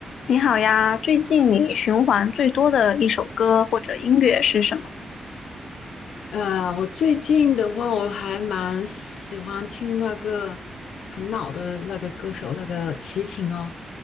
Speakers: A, on the left (about 70°); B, on the left (about 85°).
A: 你好呀，最近你循环最多的一首歌或者音乐是什么？
B: 呃，我最近的话，我还蛮喜欢听那个很老的那个歌手，那个齐秦哦。